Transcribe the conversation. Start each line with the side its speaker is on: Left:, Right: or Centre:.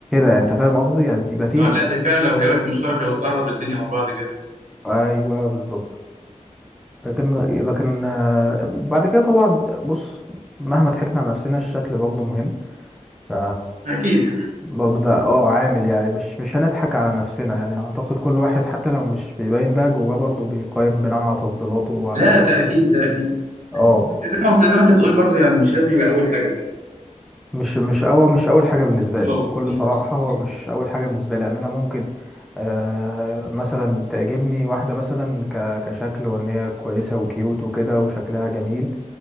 Centre: يعني انت فاهم قصدي يعني تبقى فيه
Right: اه لا فعلا لو هوايات مشتركه بتقرب الدنيا مع بعض جامد
Centre: ايوه بالظبط لكن لكن آه، بعد كده طبعا بص مهما ضحكنا على نفسنا الشكل برضه مهم ف
Right: اكيد
Centre: برضه ده اه عامل يعني مش مش هنضحك على نفسنا يعني اعتقد كل واحد حتى لو مش بيبين ده جواه برضه بيقيم بناء على تفضيلاته وعلى
Right: لا ده اكيد ده اكيد
Centre: اه
Right: اكيد بس زي ما زي ما انت بتقول برضو يعني مش لازم يبقى اول حاجه فاهم
Centre: مش مش اول مش اول حاجه بالنسبه
Right: حلوه
Centre: لي بكل
Right: وبتبص لمصلحه
Centre: صراحه
Right: فاضي
Centre: هو
Right: كده
Centre: مش اول حاجه بالنسبه لي يعني انا ممكن آه مثلا تعجبني واحده مثلا ك- كشكل وان هي كويسه وكيوت وكده وشكلها جميل